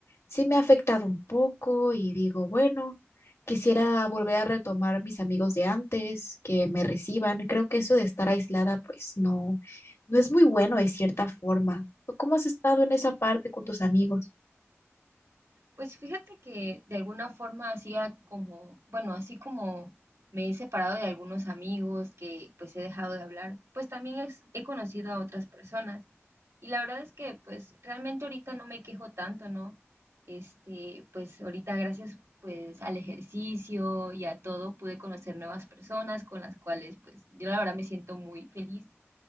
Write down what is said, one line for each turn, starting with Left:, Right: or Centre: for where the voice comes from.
Left: sí me ha afectado un poco y digo, bueno, quisiera volver a retomar mis amigos de antes, que me reciban. Creo que eso de estar aislada, pues no, no es muy bueno de cierta forma. ¿Tú ¿Cómo has estado en esa parte con tus amigos?
Right: Pues fíjate que de alguna forma hacía como, bueno, así como me he separado de algunos amigos que pues he dejado de hablar, pues también es- he conocido a otras personas. Y la verdad es que pues realmente ahorita no me quejo tanto, ¿no? Este, pues ahorita gracias pues al ejercicio y a todo pude conocer nuevas personas con las cuales pues yo la verdad me siento muy feliz